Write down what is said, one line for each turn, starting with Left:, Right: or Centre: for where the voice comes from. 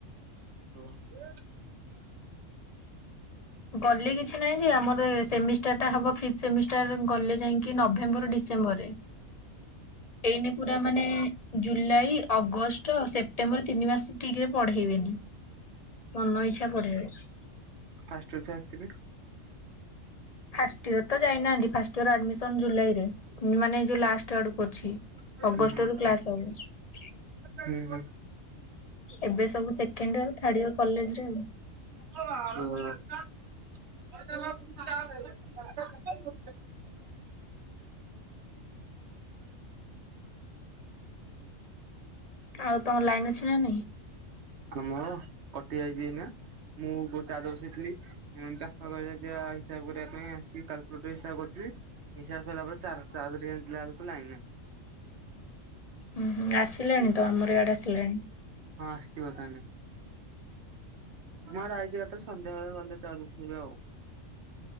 Right: ଓହୋଃ।
Left: ଗଲେ କିଛି ନାଇଁ ଯେ, ଆମର ସେମିଷ୍ଟାର ଟା ହବ ଫିଫ୍ଥ୍ ସେମିଷ୍ଟାର ଗଲେ ଯାଇକି ନଭେମ୍ବର ଡିସେମ୍ବର ରେ। ଏଇନେ ପୁରା ମାନେ ଜୁଲାଇ, ଅଗଷ୍ଟ, ସେପ୍ଟେମ୍ବର ତିନି ମାସ। ଠିକ ରେ ପଢେଇବେନି। ମନ ଇଚ୍ଛା ପଢେଇବେ।
Right: ଫାଷ୍ଟ ଇୟର ଛୁଆ ଆସିଥିବେ?
Left: ଫାଷ୍ଟ ଇୟର ତ ଯାଇନାହାନ୍ତି। ଫାଷ୍ଟ ଇୟର ଆଡ୍ମିସନ୍ ଜୁଲାଇରେ। ମାନେ ଯୋଉ ଲାଷ୍ଟ ଆଡକୁ ଅଛି। ଅଗଷ୍ଟ
Right: ହୁଁ ହୁଁ।
Left: ରୁ କ୍ଲାସ ହବ।
Right: ହୁଁ ହୁଁ।
Left: ଏବେ ସବୁ second year, third year college ରେ ଆଉ।
Right: ଓହୋଃ।
Left: ଆଉ ତମର ଲାଇନ ଅଛି ନା ନାଇଁ?
Right: ଆମର? କଟି ଯାଇଛି ଏଇନା। ମୁଁ ଗୋ ଚାର୍ଜ ବସେଇଥିଲି। ଉଁ ବାପା କହିଲେ ଯା ହିସାବ କରିଆ ପାଇଁ ଆସିକି କାଲ୍କୁଲେଟର ରେ ହିସାବ କରୁଥିଲି। ହିସାବ ସଇଲା ପରେ ଚାର ଚାର୍ଜ ରେ ଗେଞ୍ଜିଲା ବେଳକୁ ଲାଇନ ନାଇଁ।
Left: ହୁଁ ହୁଁ, ଆସିଲେଣି ତ ଆମର ଆଡ଼େ ଆସିଲାଣି।
Right: ହଁ, ଅସିଥିବ ତାନେ। ମୁଁ ଆଡେ ଆଇଚି ଏକାଥରେ ସନ୍ଧ୍ୟାବେଳେ ଗଲେ ଚାର୍ଜ ବସେଇବି ଆଉ।